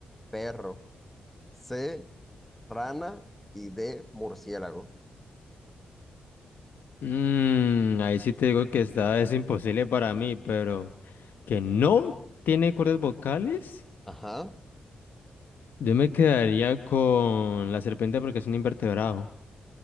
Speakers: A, in the centre; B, on the left.
A: perro. C, rana. Y D, murciélago.
B: Mm, ahí sí te digo que está, es imposible para mí, pero que no tiene cuerdas vocales.
A: Ajá.
B: Yo me quedaría con la serpiente porque es un invertebrado.